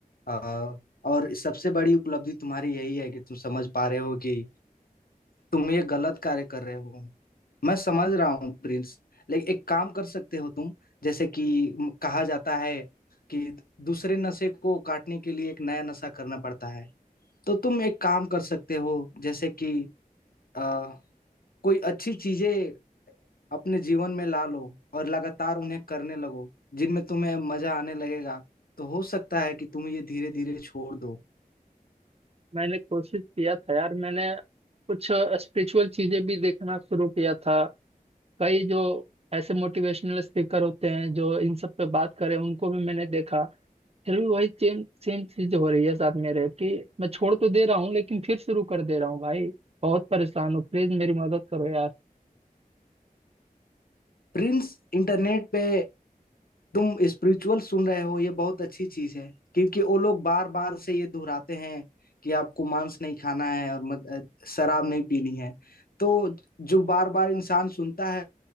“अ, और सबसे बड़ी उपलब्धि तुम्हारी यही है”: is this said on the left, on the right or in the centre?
Left